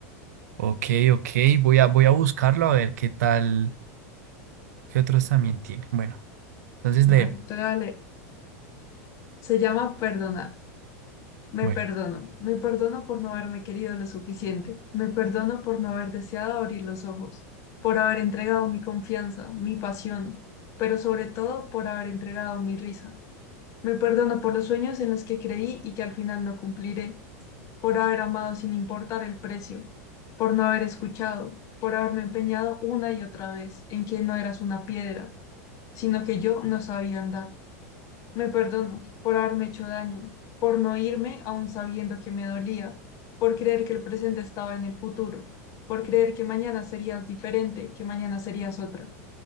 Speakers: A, on the right; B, on the left.
A: Ok, ok, voy a, voy a buscarlo a ver qué tal, qué otros también tiene. Bueno, entonces
B: Bueno,
A: léeme.
B: te voy a leer. Se llama Perdonar. Me
A: Bueno,
B: perdono. Me perdono por no haberme querido lo suficiente. Me perdono por no haber deseado abrir los ojos, por haber entregado mi confianza, mi pasión, pero sobre todo por haber entregado mi risa Me perdono por los sueños en los que creí y que al final no cumpliré, por haber amado sin importar el precio, por no haber escuchado, por haberme empeñado una y otra vez en que no eras una piedra, sino que yo no sabía andar. Me perdono por haberme hecho daño, por no irme aún sabiendo que me dolía, por creer que el presente estaba en el futuro, por creer que mañana serías diferente, que mañana serías otra.